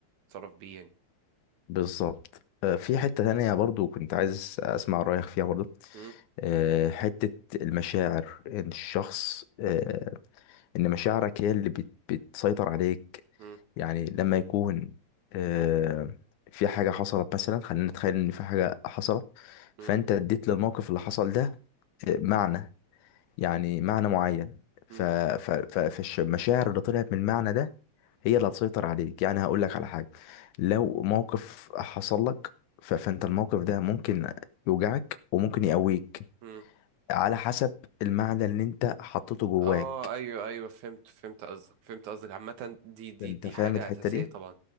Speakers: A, on the right; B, on the left.
A: وتتصرف بيه يعني
B: بالظبط آه، في حتة تانية برضو كنت عايز أسمع رأيك فيها برضو
A: امم.
B: آه، حتة المشاعر إن الشخص آه، إن مشاعرك هي اللي بت- بتسيطر عليك
A: مم،
B: يعني لما يكون آه، في حاجة حصلت مثلا خلينا نتخيل إن في حاجة حصلت
A: مم،
B: فأنت اديت للموقف اللي حصل ده آه، معنى يعني معنى معين ف...
A: مم،
B: ف... ف... فالمشاعر اللي طلعت من المعنى ده هي اللي هتسيطر عليك يعني هقول لك على حاجة لو موقف حصل لك ف... فانت الموقف ده ممكن يوجعك وممكن يقويك
A: مم.
B: على حسب المعنى اللي انت حطيته جواك
A: اه ايوه ايوه فهمت فهمت قصدك فهمت قصدك عامة دي دي
B: انت
A: دي
B: فاهم
A: حاجة
B: الحتة
A: أساسية
B: دي
A: طبعا